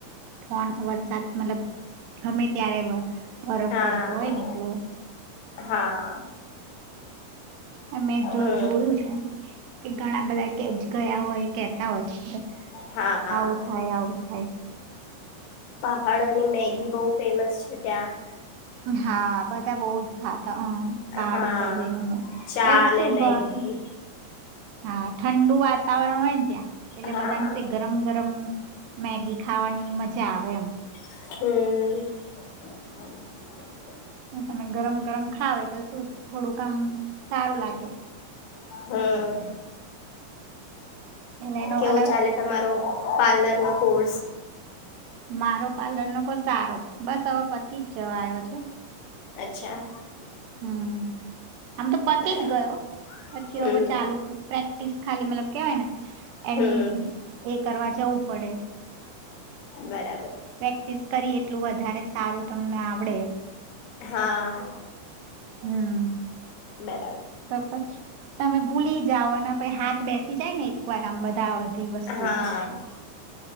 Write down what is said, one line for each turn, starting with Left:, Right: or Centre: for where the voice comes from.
Right: ફોન વરસાદ મતલબ હમે ત્યારે બ બરફ
Left: હા
Right: પડતો હોય ને એટલે.
Left: હા
Right: અમે
Left: હમ
Right: જો જોયું છે, એમ કે ઘણા બધા કે ગયા હોય કેહેતા હોય.
Left: હા
Right: આવું થાય આવું થાય.
Left: પહાડોની મેગી બહુ ફેમસ છે ત્યાં.
Right: હા બધા બહ જ ખાતા હમ પહાડ
Left: હા
Right: ઉપર જઈને,
Left: ચા અને
Right: શું
Left: મેગી
Right: ઘ હા ઠંડુ વાતાવરણ હોયને ત્યાં એટલે
Left: હા
Right: બધા ગરમ ગરમ મેગી ખાવાની મજા આવે એમ.
Left: હમ.
Right: તમે ગરમ ગરમ ખાવ તોલે શું થોડું કામ સારું લાગે.
Left: હમ.
Right: એટલે એનો
Left: કેવું
Right: અને
Left: ચાલે તમારો પાર્લર? એટ ફર્સ
Right: મારો પાર્લર નો કોઈ સારો બસ હવે પતિ જ જવા આવયો છે.
Left: અચ્છા.
Right: હમ. આમ તો પતિ
Left: બરાબર
Right: જ ગયો, પછી
Left: હમ
Right: હો ચાલુ તીસ ખાલી મતલબ કેવાયને એની
Left: હમ
Right: એ કરવા જવું પડે.
Left: બરાબર.
Right: પ્રેક્ટિસ કરી એટલું વધારે સારું તમને આવડે.
Left: હા.
Right: હમ.
Left: બરાબર
Right: પછી તમે ભૂલી જવાના પ હા બેસી જાય ને એકવાર આમ બધા બધી વસ્તુ
Left: હા
Right: પર,